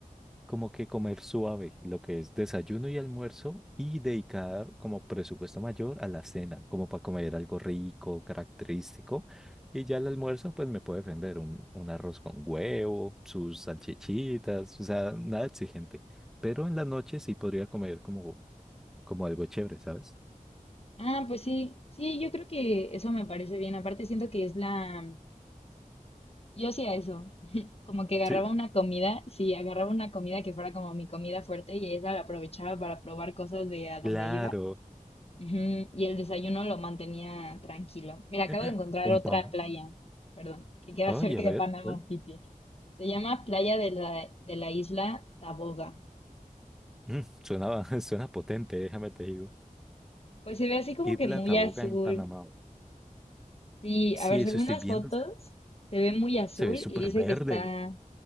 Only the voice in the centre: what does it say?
como que comer suave, lo que es desayuno y almuerzo, y dedicar como presupuesto mayor a la cena, como para comer algo rico, característico. Y ya el almuerzo, pues me puede defender un, un arroz con huevo, sus salchichitas, o sea, nada exigente. Pero en la noche sí podría comer como, como algo chévere, ¿sabes?
Sí,
claro.
<laughs>
Un
pan.
Ay,
a ver,
¿cuál?
Mm, suena, <laughs> suena potente, déjame te digo.
Isla
Taboga
en Panamá.
Sí,
eso
estoy
viendo.
Se ve súper
verde.